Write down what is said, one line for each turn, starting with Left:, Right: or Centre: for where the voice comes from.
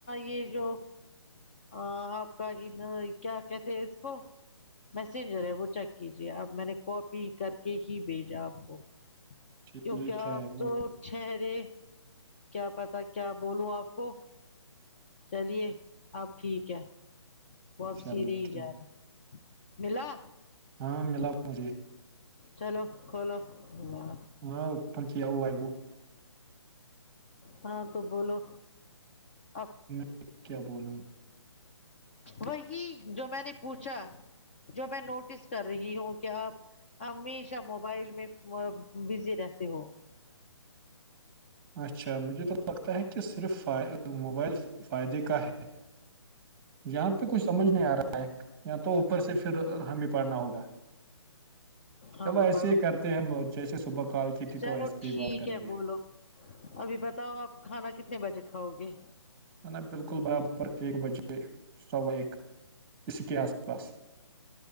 Left: یہ جو ہ آپ کا کیا کہتے ہیں اس کو میسینجر ہے وہ چیک کیجیے اپ میں نے کاپی کر کے ہی بھیجا آپ کو
Right: ٹھیک
Left: کیونکہ
Right: ہے
Left: آپ
Right: وہ
Left: تو چٹہرے <inaudible> کیا پتا کیا بولوں آپ کو چلیے اب ٹھیک ہے وہ اب
Right: چلو
Left: سیدھے ہی
Right: ٹھیک
Left: جا رہے ملا
Right: ہاں ملا مجھے
Left: چلو کھولو اللہ
Right: ہاں پرچ آؤ آئی کو
Left: ہاں تو بولو آپ
Right: میں کیا بول
Left: وہی جو میں نے پوچھا جو میں نوٹس کر رہی ہوں کہ آپ ہمیشہ موبائل میں بزی رہتے ہو
Right: اچھا مجھے تو لگتا ہے کہ صرف ف موبائل فائدے کا ہے یہاں پہ کچھ سمجھ نہیں آ رہا ہے یا تو اوپر سے پھر ہمیں پڑھنا ہوگا
Left: ہاں
Right: چلو
Left: تو
Right: ایسے
Left: پڑھو
Right: ہی کرتے ہیں ہم جیسے صبح کال کی تھی
Left: چلو
Right: تو ایسے ہی
Left: ٹھیک
Right: بات کریں
Left: ہے
Right: گے
Left: بولو ابھی بتاؤ آپ کھانا کتنے بجے کھاؤ گے
Right: ن نا بالکل برابر ایک بجے سوائک اسی کے آس پاس